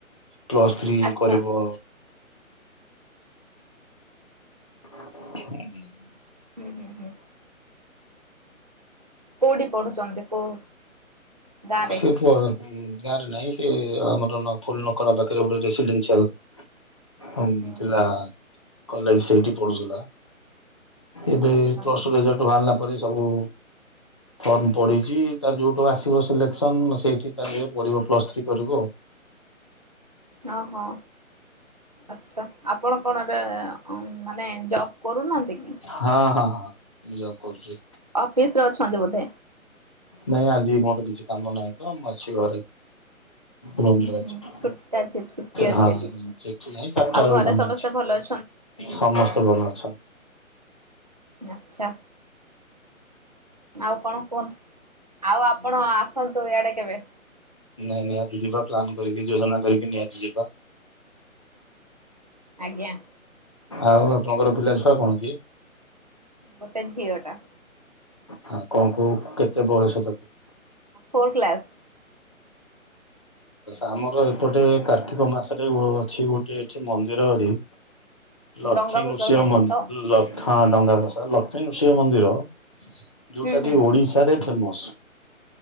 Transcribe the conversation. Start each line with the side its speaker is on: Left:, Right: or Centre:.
Left: ପ୍ଲସ୍ ଥ୍ରୀ
Right: ଆଚ୍ଛା
Left: କରିବ ହୁଁ
Right: ହୁଁ, ହୁଁ, ହୁଁ। କୋଉଠି ପଢ଼ୁଛନ୍ତି? କୋଉ ଗାଁରେ?
Left: ସିଟ୍ ପ ହୁଁ ଗାଁରେ ନାହିଁ ସେ ଆମର ନଖ ଫୁଲ ନଖରା ପାଖରେ ଗୋଟେ ଜେସିଲିନ ଚାଲୁ ହଁମ୍
Right: ହୁଁ
Left: ଥିଲା
Right: ହୁଁ
Left: କଲେଜ ସେଇଠି ପଢୁଥିଲା। ଏବେ
Right: ଆଚ୍ଛା
Left: ପ୍ଲଷ୍ଟୁ ରେଜଲ୍ଟ ବାହାରିଲା। ପରେ ସବୁ ଫର୍ମ ପଡି଼ଚି ତାର ଯୋଉଠୁ ଆସିବ ସିଲେକ୍ସନ ସେଇଠି ତାର ଯେବେ ପଢି଼ବ ପ୍ଲସ୍ ଥ୍ରୀ କରିବ ଆଉ
Right: ହଁ ହଁ। ଆଛା ଆପଣ କଣ ଏବେ ମାନେ ଜବ୍ କରୁନାନ୍ତି କି?
Left: ହଁ ହଁ ଯବ କରୁଚି।
Right: ଅଫିସ ରେ ଅଛନ୍ତି ବୋଧେ
Left: ନାଇଁ ଆଜି ମୋର କିଛି କାମ ନାହିଁ ତ ମୁଁ ଅଛି ଘରେ। ରୁମରେ
Right: ହୁଁ
Left: ଅଛି
Right: ହୁଁ ଛୁ ଛୁଟ୍ଟା ଛି ଛୋଟିଆ
Left: ହଁ
Right: ଛେଳିଟେ ଆଜି
Left: ସେଠି ନାହିଁ ଚାରିଟା
Right: ଆଉ
Left: ବେଳକୁ
Right: ଘରେ
Left: କାମ
Right: ସମସ୍ତେ
Left: ଅଛି
Right: ଭଲ ଅ
Left: ସମସ୍ତେ ଭଲ ଅଛ
Right: ଆଚ୍ଛା। ଆଉ କଣ କୁହନ୍ତୁ ଆଉ ଆପଣ ଆସନ୍ତୁ ଇଆଡ଼େ କେବେ।
Left: ନାଇଁ ନିହାତି ଯିବା ପ୍ଲାନ୍ କରିକି ଯୋଜନା କରିକି ନିହାତି ଯିବା।
Right: ଆଜ୍ଞା।
Left: ଆଉ ଆପଣଙ୍କର ପିଲା ଛୁଆ କଣ କି?
Right: ଗୋଟେ ଝିଅ ଟା।
Left: ହଁ କଣ କହୁ କେତେ ବୟସ ତାକୁ?
Right: Four class.
Left: ଆମର ଏପଟେ କାର୍ତ୍ତିକ ମାସରେ ଅଛି ଗୋଟେ ଏଠି ମନ୍ଦିର ରେ ଲକ୍ଷ୍ମୀ
Right: ଡଙ୍ଗା ଭସା
Left: ନୃସିିଂହି
Right: ହୁଏ ଯୋଉ ତ?
Left: ଲକ୍ଷ୍ଣ ଡଙ୍ଗା ଭଷା ଲକ୍ଷ୍ମୀ ନୃସିିଂହ ମନ୍ଦିର ଯୋଉଟା
Right: ହୁଁ ହୁଁ
Left: କି ଓଡିଶାରେ ଫେମସ